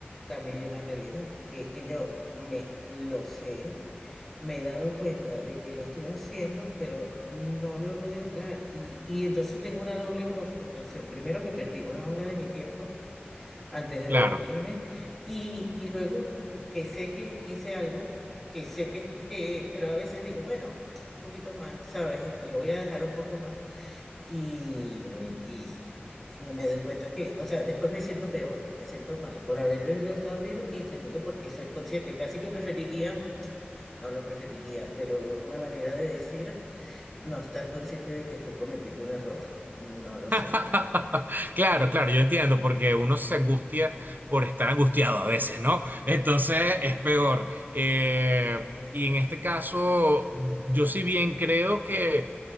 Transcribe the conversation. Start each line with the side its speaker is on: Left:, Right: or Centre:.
Centre: también hay una realidad, que es que yo me lo sé, me he dado cuenta de que lo estoy haciendo, pero no lo he podido parar. Y, y entonces tengo una doble como frustración. Primero que perdí una hora de mi tiempo antes de
Right: Claro.
Centre: dormirme y, y luego que sé que hice algo, que sé que, que, pero a veces digo, bueno, un poquito más, ¿sabes? Lo voy a dejar un poco más y, y, y me, me doy cuenta que, o sea, después me siento peor, me siento mal por haberlo estado viendo y segundo porque soy consciente, casi que preferiría, no lo preferiría, pero es una manera de decir no estar consciente de que estoy cometiendo un error, no lo sé.
Right: <laughs> Claro, claro, yo entiendo, porque uno se angustia por estar angustiado a veces, ¿no? Entonces es peor. Eh, y en este caso, yo sí bien creo que,